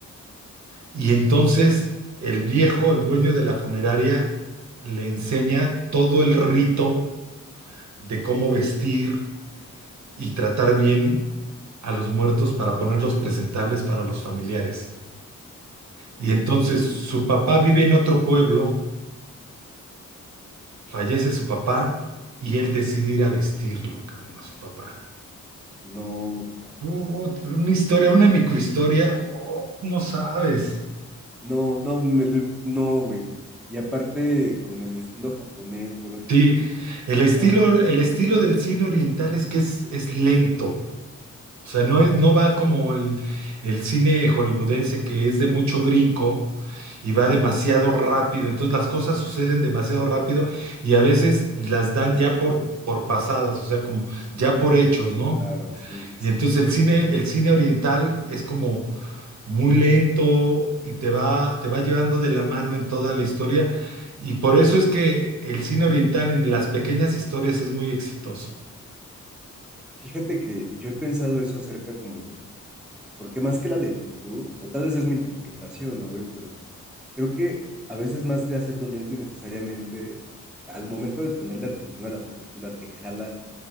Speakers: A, on the right; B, in the centre.
A: Y entonces el viejo, el dueño de la funeraria, le enseña todo el rito de cómo vestir y tratar bien a los muertos para ponerlos presentables para los familiares.
B: ok,
A: Y entonces
B: sí, sí,
A: su
B: sí.
A: papá vive en otro pueblo, fallece su papá y él decide ir a vestirlo, cabrón, a su papá.
B: No, cabrón.
A: Uh, una historia, una microhistoria, oh, no sabes.
B: No, no, me lo, im- no, güey. Y aparte, con el estilo japonés, güey, luego
A: Sí,
B: como que.
A: el estilo,
B: No,
A: el estilo del cine oriental es que es, es lento, O sea, no es, no va como el, el cine hollywoodense que es de mucho brinco y va demasiado rápido. Entonces las cosas suceden demasiado rápido y a veces las dan ya por, por pasadas, o sea, como ya por hechos, ¿no?
B: claro, sí, sí,
A: Y
B: sí.
A: entonces el cine, el cine oriental es como muy lento y te va, te va llevando de la mano en toda la historia. Y por eso es que el cine oriental en las pequeñas historias es muy exitoso.
B: Fíjate que yo he pensado eso acerca como de. Porque más que la lentitud, o tal vez es mi interpretación, ¿no, güey? Pero creo que a veces más de hacerlo lento y necesariamente, al momento de ponerle atención a la película, te jala